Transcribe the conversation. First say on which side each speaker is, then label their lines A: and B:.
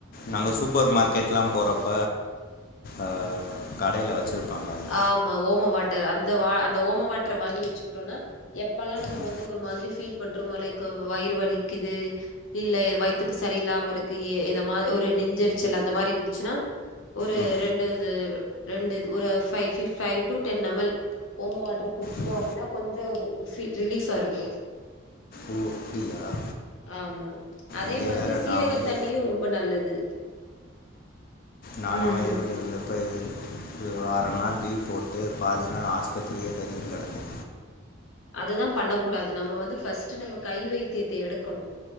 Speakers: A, on the left; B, on the left.
A: நாங்க சூப்பர் மார்க்கெட்லா போறப்ப ஆ கடைல வச்சுருப்பாங்க அது
B: ஆமா ஓம வாட்டர் அந்த வா அந்த ஓம வாட்ர வாங்கி வச்சுக்கிட்டோன்னா எப்பலா நம்ம
A: ம்
B: வந்து ஒரு மாதிரி ஃபீல் பண்றோமோ லைக்கு வயிறு வலிக்குது இல்ல வயித்துக்கு சரியில்லாம இருக்கு‌‌ எ எத மா ஒரு நெஞ்செரிச்சல் அந்த மாரி இருந்துச்சுனா ஒரு
A: ம்
B: ரெண்டது ரெண்டு து ஒரு ஃபை ஃபி ஃபை டு டென் எமல் ஓம வாட்ரு குடிச்சுட்டோ
A: ம்
B: அப்டின்னா கொஞ்சொ ஒரு ஃபி ரிலீஃபா இருக்கு
A: ஓ அப்படியா
B: ஆமா அதே
A: இங்கே
B: மாதிரி
A: வேறு
B: சீரக
A: நான் வந்து
B: தண்ணியு ரொம்ப நல்லது
A: நாலா
B: ம்.
A: வயிறு வலி வந்தப்ப இது இது ஒரு‌‌ அர நாள் லீவ் போட்டு பாதி நாள் ஆஸ்பத்திரியே கதின் கடந்தே
B: அததா பண்ணக்கூடாது நம்ம வந்து ஃபஸ்ட்டு நம்ம கை வைத்தியத்த எடுக்கனு